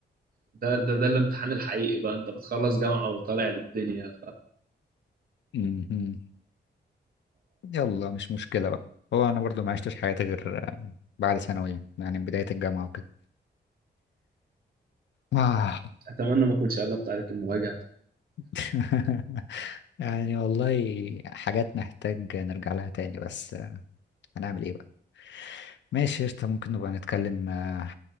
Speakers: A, on the right; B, on the left.
A: ده ده ده الامتحان الحقيقي بقى انت بتخلص جامعة وطالع للدنيا
B: أمم. يلا مش مشكلة بقى هو أنا برضو ما عشتش حياتي غير آه، بعد ثانوي يعني بداية الجامعة وكده آه.
A: اتمنى ما اكونش قلبت عليك المواجهة
B: <laughs> يعني والله حاجات نحتاج نرجع لها تاني بس آه، هنعمل إيه بقى؟ ماشي قشطة ممكن نبقى نتكلم آه،